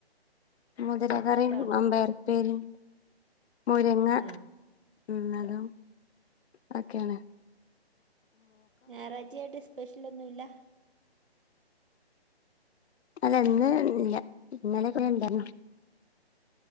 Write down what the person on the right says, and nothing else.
മോന്
ഇഷ്ടാണ്
ആഹ്
ഞായറാഴ്ചായിട്ട് സ്പെഷ്യൽ ഒന്നും ഇല്ല